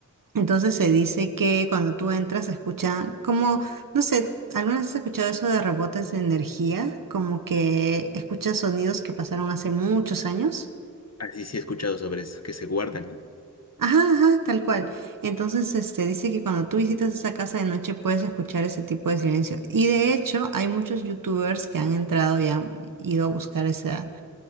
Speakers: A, on the right; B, on the left.
A: Entonces se dice que cuando tú entras se escucha como, no sé, ¿alguna vez has escuchado eso de rebotes de energía? Como que escuchas sonidos que pasaron hace muchos años.
B: Así sí sí he escuchado sobre eso, que se guardan, ¿no?
A: Ajá, ajá, tal cual. Entonces, este, dice que cuando tú visitas esa casa de noche puedes escuchar ese tipo de silencio. Y de hecho, hay muchos youtubers que han entrado y han ido a buscar esa,